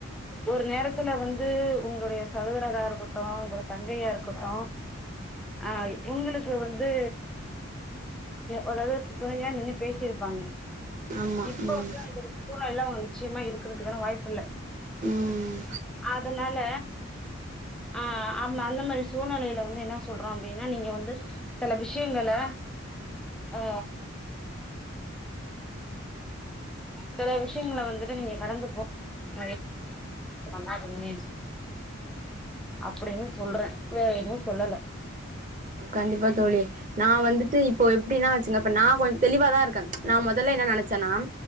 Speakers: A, in the centre; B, on the right.
A: ஒரு நேரத்துல வந்து உங்களுடய சகோதரராருக்கட்டு உங்கள தங்கையாருக்கட்டு ஆ உங்களுக்கு வந்து அதாவது துணையா நின்னு பேசிருப்பாங்க
B: ஆமா
A: இப்ப
B: ம்
A: வந்து அந்த சூழ்நெலைல அவுங்க நிச்சயமா இருக்றதுக்கான வாய்ப்பில்ல
B: ம்
A: அதனால ஆ அந்த மாரி சூழ்நிலைல வந்து என்ன சொல்றோ அப்டினா நீங்க வந்து சில விஷ்யங்கள ஆ சில விஷ்யங்கள வந்துட்டு நீங்க கடந்து போ <inaudible> அது அப்டின்னு சொல்றன் வேற எதுவு சொல்லல
B: கண்டிப்பா தோழி நா வந்துட்டு இப்போ எப்டினா வச்சுங்க இப்ப நா கொஞ்ச தெளிவாதா இருக்கே நா முதல்ல என்ன நெனச்சேனா